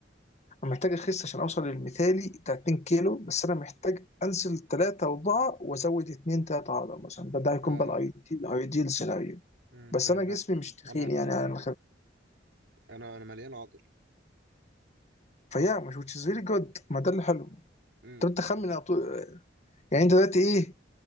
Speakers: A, on the left; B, on the right.
A: انا محتاج اخس عشان اوصل للمثالي بتاع 2 كيلو بس انا محتاج انزل 3 4 وازود 2 3 عضل مثلا ده ده هيكون
B: اه
A: بقى الايديال الايديال سيناريو
B: امم
A: بس
B: فاهم
A: انا جسمي
B: لا
A: مش تخين
B: انا
A: يعني
B: انا م-
A: انا
B: انا انا مليان عضل
A: فيا مش which is really good ما ده اللي حلو
B: امم
A: طب انت خمن
B: يعني
A: على طول يعني انت دلوقتي ايه